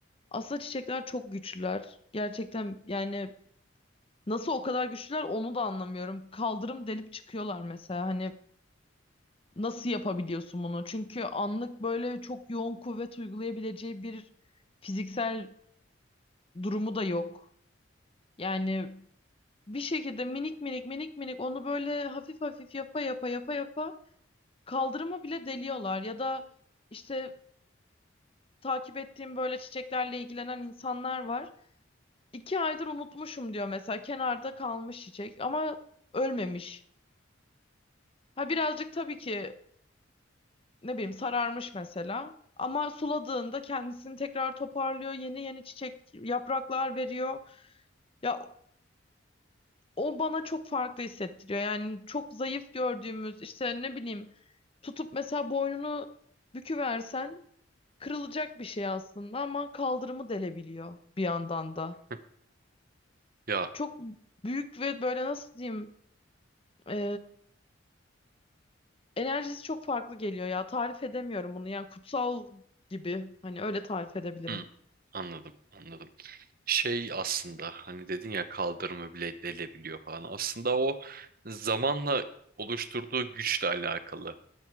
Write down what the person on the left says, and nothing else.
aslında çiçekler çok güçlüler. Gerçekten yani nasıl o kadar güçlüler onu da anlamıyorum. Kaldırım delip çıkıyorlar mesela. Hani Nasıl yapabiliyorsun bunu? Çünkü anlık böyle çok yoğun kuvvet uygulayabileceği bir fiziksel durumu da yok. Yani bir şekilde minik minik minik minik onu böyle hafif hafif yapa yapa yapa yapa kaldırımı bile deliyorlar. Ya da işte takip ettiğim böyle çiçeklerle ilgilenen insanlar var. İki aydır unutmuşum diyor mesela kenarda kalmış çiçek ama ölmemiş. Ha birazcık tabii ki ne bileyim sararmış mesela. Ama suladığında kendisini tekrar toparlıyor. Yeni yeni çiçek, yapraklar veriyor. Ya o bana çok farklı hissettiriyor. Yani çok zayıf gördüğümüz işte ne bileyim tutup mesela boynunu büküversen kırılacak bir şey aslında ama kaldırımı delebiliyor bir yandan da.
Çok büyük ve böyle nasıl diyeyim e, Enerjisi çok farklı geliyor ya. Tarif edemiyorum bunu. Yani kutsal gibi. Hani öyle tarif edebilirim.